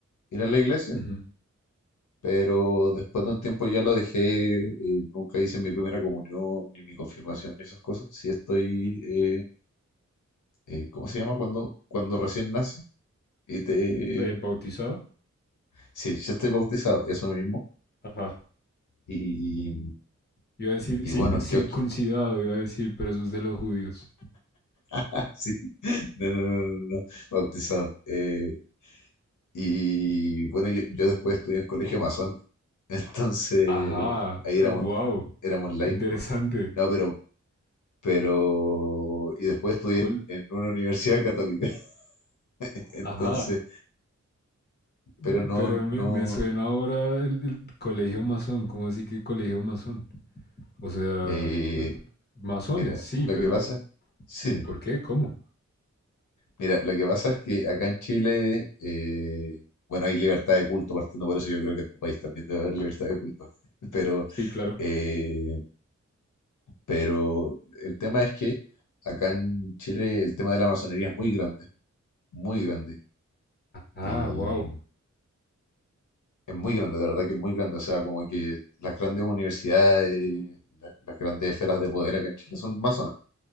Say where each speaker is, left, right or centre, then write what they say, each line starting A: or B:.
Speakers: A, on the left (about 90°); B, on the left (about 35°).
A: ir a la iglesia
B: ujú.
A: pero después de un tiempo ya lo dejé, eh, nunca hice mi primera comunión, ni mi confirmación, ni esas cosas. Sí estoy, eh, eh, ¿cómo se llama? Cuando, cuando recién nace. Y te...
B: Eh, ¿Bautizado?
A: Sí, yo estoy bautizado, eso mismo.
B: Ajá.
A: Y,
B: Iba a decir
A: y bueno,
B: circuncidado,
A: yo estoy...
B: iba a decir, pero eso es de los judíos.
A: <laughs> Sí, no, no, no, no, no, bautizado. Eh, y bueno, yo, yo después estudié en colegio masón. <laughs> Entonces,
B: Ajá,
A: ahí
B: wow,
A: éramos, éramos laicos.
B: interesante.
A: No, pero pero y después estudié
B: Col-
A: en, en una universidad católica. <laughs> Entonces,
B: Ajá,
A: pero
B: Pe-
A: no,
B: Pero me,
A: no,
B: me suena ahora el, el colegio masón, ¿cómo así que colegio masón? O sea,
A: eh,
B: eh, masones,
A: mira,
B: sí,
A: lo
B: pero
A: que pasa, sí,
B: ¿por qué? ¿Cómo?
A: mira, lo que pasa es que acá en Chile, eh, bueno, hay libertad de culto, partiendo por eso yo creo que en tu país también debe haber libertad de culto, <laughs> pero,
B: Sí, claro.
A: eh, pero el tema es que acá en Chile el tema de la masonería es muy grande, muy grande.
B: Ah,
A: Y,
B: wow.
A: Es muy grande, de verdad que es muy grande. O sea, como que las grandes universidades, la- las grandes esferas de poder acá en Chile son masonas.